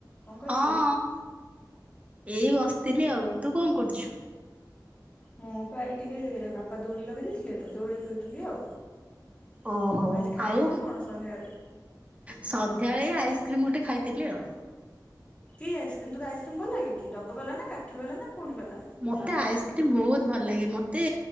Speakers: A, on the left (about 20°); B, on the right (about 20°).
A: କଣ କରୁଥିଲେ?
B: ହଁ ଏଇ ବସିଥିଲି ଆଉ। ତୁ କଣ କରୁଚୁ?
A: ମୁଁ ପା ଏଇ ଟିକେ ବାପା ଦୋଳି ଲଗେଇ ଦେଇଥିଲେ ତ ଦୋଳି ଖେଳୁଥିଲି ଆଉ।
B: ଓହୋ।
A: ଆଜି ଖାଇଥିଲୁ
B: ଆଉ
A: କଣ ସନ୍ଧ୍ୟାବେଳେ?
B: ସନ୍ଧ୍ୟାବେଳେ ଆଇସ୍କ୍ରିମ୍ ଗୋଟେ ଖାଇଥିଲି ଆଉ।
A: କି ଆଇସ୍କ୍ରିମ୍? ତତେ ଆଇସ୍କ୍ରିମ ଭଲ ଲାଗେ କି? ଡବା ବାଲା ନା କାଠି ବାଲା ନା କୋନ୍ ବାଲା?
B: ମୋତେ ଆଇସ୍କ୍ରିମ୍ ବହୁତ ଭଲ ଲାଗେ। ମତେ